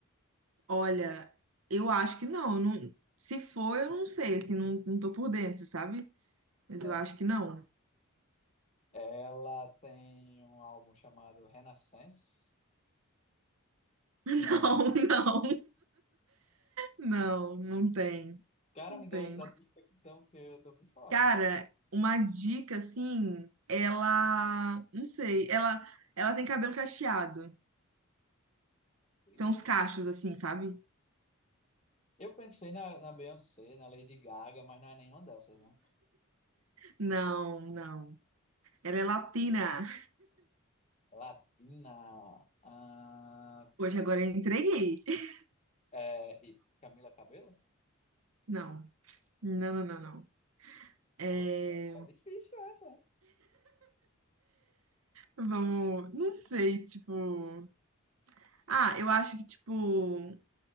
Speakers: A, on the right (about 80°); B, on the left (about 30°).
A: Olha, eu acho que não, eu não- se for, eu não sei, assim, não, não tô por dentro, sabe? Mas
B: <laughs>
A: eu acho que não.
B: Ela tem um álbum chamado Renaissance.
A: <laughs>
B: O
A: Não, não, não, não tem,
B: cara
A: não
B: me
A: tem.
B: dá outra dica, então, que eu tô por fora.
A: Cara, uma dica assim, ela, não sei, ela, ela tem cabelo cacheado,
B: Lucas.
A: tem uns cachos assim, sabe?
B: Eu pensei na, na Beyoncé, na Lady Gaga, mas não é nenhuma dessas, né?
A: Não, não. Ela é latina.
B: Latina, ah,
A: Hoje agora eu entreguei. <laughs>
B: é, Camila Cabello?
A: Não, não, não, não, não. É,
B: Poxa, é difícil essa, hein?
A: vamos, não sei, tipo. Ah, eu acho que tipo